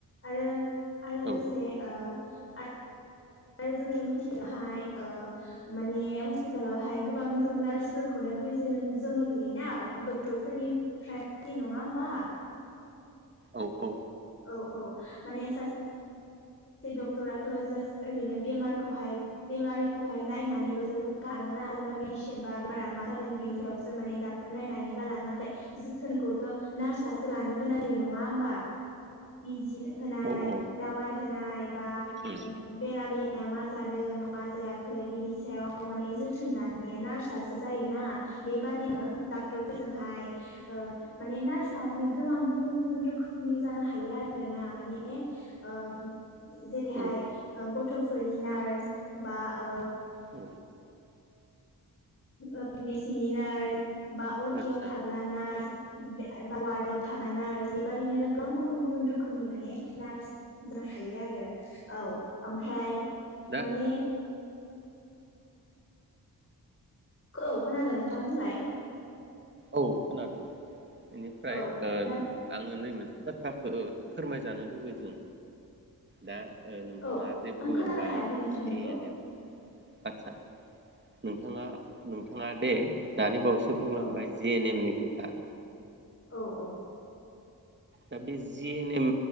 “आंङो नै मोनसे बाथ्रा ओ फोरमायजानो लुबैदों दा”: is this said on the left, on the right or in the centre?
Right